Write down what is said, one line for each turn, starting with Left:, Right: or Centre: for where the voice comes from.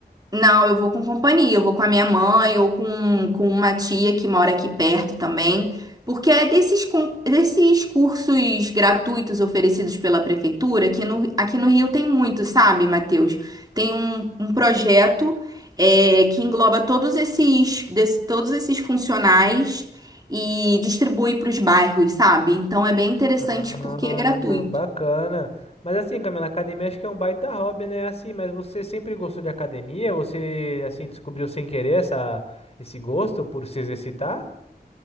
Right: Não, eu vou com companhia, eu vou com a minha mãe ou com, com uma tia que mora aqui perto também, porque é desses, con- desses cursos gratuitos oferecidos pela prefeitura, que no, aqui no Rio tem muito, sabe, Matheus? Tem um, um projeto é, que engloba todos esses, des- todos esses funcionais e distribui para os bairros, sabe? Então é bem interessante
Left: Ah,
Right: porque é gratuito.
Left: bacana. Mas assim, Camila, academia acho que é um baita hobby, né? Assim, mas você sempre gostou de academia? Você, assim, descobriu sem querer essa, esse gosto por se exercitar?